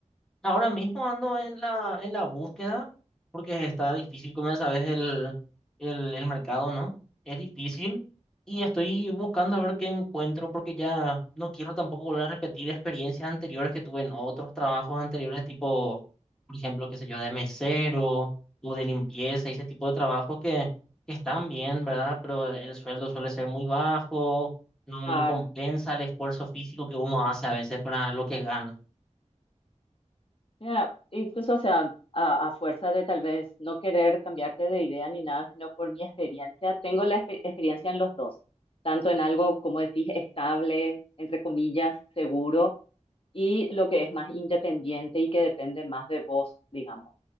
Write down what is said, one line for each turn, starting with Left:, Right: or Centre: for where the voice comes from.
Centre: Ahora mismo ando en la, en la búsqueda porque está difícil, como ya sabes, el, el, el mercado, ¿no? Es difícil y estoy buscando a ver qué encuentro porque ya no quiero tampoco volver a repetir experiencias anteriores que tuve en otros trabajos anteriores, tipo, por ejemplo, qué sé yo, de mesero o de limpieza y ese tipo de trabajos que, que están bien, ¿verdad? Pero el sueldo suele ser muy bajo, no,
Left: Claro.
Centre: no compensa el esfuerzo físico que uno hace a veces para lo que gana.
Left: Ya, incluso, o sea, a, a fuerza de tal vez no querer cambiarte de idea ni nada, sino por mi experiencia, tengo la expe- experiencia en los dos, tanto en algo, como decís, estable, entre comillas, seguro, y lo que es más independiente y que depende más de vos, digamos.